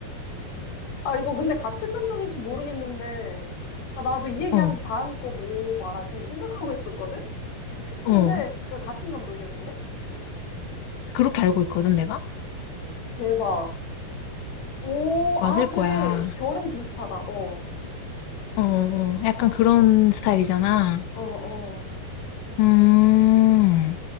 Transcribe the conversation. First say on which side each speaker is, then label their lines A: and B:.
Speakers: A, on the left (about 85°); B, on the left (about 70°).
A: 아 이거 근데 같은 감독인지 모르겠는데 아 나도 이 얘기하면서
B: 어,
A: 다음 거 뭐 말하지 생각하고 있었거든.
B: 어.
A: 근데 그 같은 감독이야 근데
B: 그렇게 알고 있거든 내가?
A: 대박. 오,
B: 맞을
A: 아 그래
B: 거야.
A: 결은 비슷하다. 어.
B: 어, 어, 어. 약간
A: 와
B: 그런
A: 대박.
B: 스타일이잖아.
A: 어 어.
B: 음,